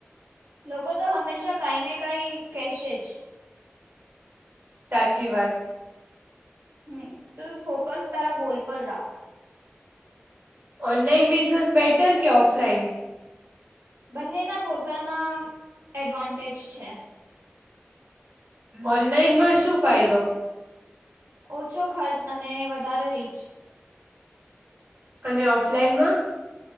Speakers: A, on the right; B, on the right.
A: લોકો તો હંમેશા કઈ ને કઈ કેશે જ.
B: સાચી વાત.
A: હમ્મ, તું ફોકસ તારા ગોલ પર રાખ.
B: ઓનલાઈન બિઝનેસ બેટર કે ઓફલાઈન?
A: બંનેના પોતાના એડવાન્ટેજ છે.
B: ઓનલાઈનમાં શું ફાયદો?
A: ઓછો ખર્ચ અને વધારે રીચ.
B: અને ઓફલાઈનમાં?